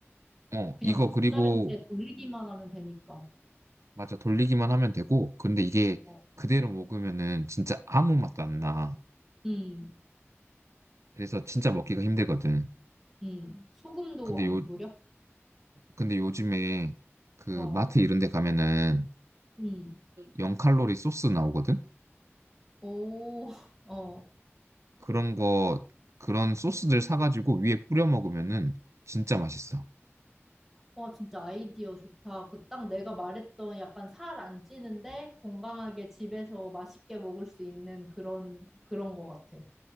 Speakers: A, on the right; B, in the centre.
A: 어,
B: 그냥
A: 이거
B: 젓자른때
A: 그리고,
B: 돌리기만 하면 되니까.
A: 맞아, 돌리기만 하면 되고, 근데 이게
B: 어,
A: 그대로 먹으면은 진짜 아무 맛도 안 나.
B: 음,
A: 그래서 진짜 먹기가 힘들거든.
B: 음. 소금도
A: 근데
B: 안
A: 요,
B: 뿌려?
A: 근데 요즘에 그
B: 어,
A: 마트 이런 데 가면은
B: 음.
A: 0칼로리 소스 나오거든?
B: 오, <laughs> 어.
A: 그런 거, 그런 소스들 사가지고 위에 뿌려 먹으면은 진짜 맛있어.
B: 와, 진짜 아이디어 좋다. 그 딱 내가 말했던 약간 살 안 찌는데 건강하게 집에서 맛있게 먹을 수 있는 그런, 그런 거 같아.